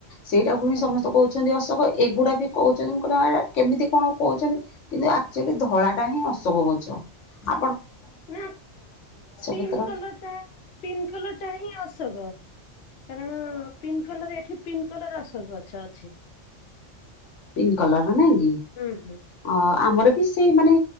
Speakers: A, on the left; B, on the left.
A: ସେଇଟାକୁ ହି
B: ଓହୋ
A: ସମସ୍ତେ କହୁଛନ୍ତି ଅଶୋକ ଏଗୁଡା ବି କହୁଛନ୍ତି ମୁଁ କହିଲି ହଁ ଏରା କେମିତି କଣ କହୁଛନ୍ତି କିନ୍ତୁ ଆକ୍ଚୁଆଲି ଧଳାଟା ହିଁ ଅଶୋକ ଗଛ ଆ
B: ନା ପିଙ୍କ
A: ପତ୍ର
B: କଲର ଟା ପିଙ୍କ କଲର ଟା ହିଁ ଅଶୋକ। କାରଣ ପିଙ୍କ କଲର ଏଠି ପିଙ୍କ କଲର ଅଶୋକ ଗଛ ଅଛି।
A: ପିଙ୍କ କଲର ର ନାଇଁ କି
B: ହୁଁ ହୁଁ
A: ଅଁ ଆମର ବି ସି ସେ ମାନେ